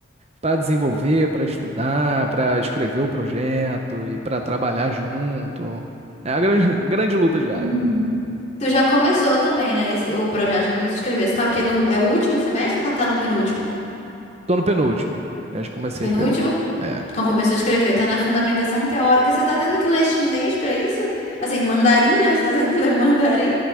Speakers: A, on the right; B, on the left.
A: para desenvolver, para estudar, para escrever o projeto e para trabalhar junto. É a grande, <laughs> grande luta diária.
B: Uhum. Tu já começou também, né? esse- o projeto já começou a escrever. Você tá o quê? No, é o último semestre ou você tá no penúltimo?
A: Tô no penúltimo. Já comecei
B: Penúltimo?
A: a escrever. É.
B: Então começou a escrever, tá na fundamentação teórica. Você tá tendo que ler chinês pra isso? Assim, mandarim, né? Você tá tendo que ler mandarim?